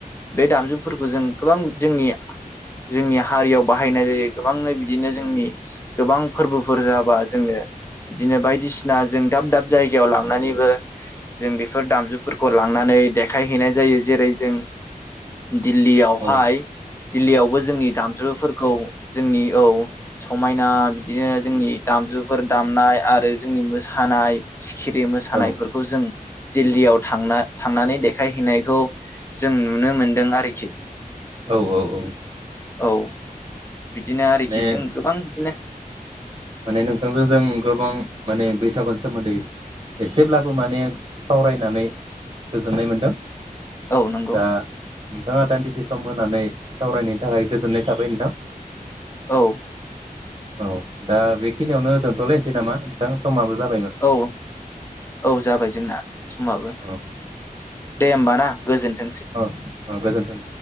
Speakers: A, on the left; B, on the right.
A: बे दामजुफोरखौ जों गोबां जोंनि जोंनि हारियाव बाहायनाय जायो गोबांनो बिदिनो जोंनि गोबां फोर्बोफोर जाबा जोङो बिदिनो बायदिसिना जों दाब दाब जायगायाव लांनानैबो जों बेफोर दामजुफोरखौ लांनानै देखायहैनाय जायो जेरै जों दिल्लीयावहाय
B: औ
A: दिल्लीयावबो जोंनि दामजुफोरखौ जोंनि औ समायना बिदिनो जोंनि दामजुफोर दामनाय आरो जोंनि मोसानाय सि खिरि मोसानायफोरखौ
B: औ
A: जों दिल्लीयाव थांना थांनानै देखायहैनाय बेखौ जों नुनो मोनदों आरोखि।
B: औ औ औ।
A: औ। बिदिनो आरोखि
B: माने
A: जों गोबां बिदिनो
B: माने नोंथांजों जों गोबां माने बैसागुनि सोमोन्दै एसेब्लाबो माने सावरायनानै गोजोननाय मोनदों।
A: औ नंगौ
B: दा नोंथांङा दान्दिसे सम होना नै सावरायनायनि थाखाय गोजोननाय थाबाय नोंथां।
A: औ।
B: औ। दा बेखिनियावनो दोन्थ'लायनोसै नामा नोंथां समाबो जा
A: औ औ जाबाय जोंना समाबो
B: औ
A: दे होमबा ना गोजोन्थों
B: औ औ गोजोथों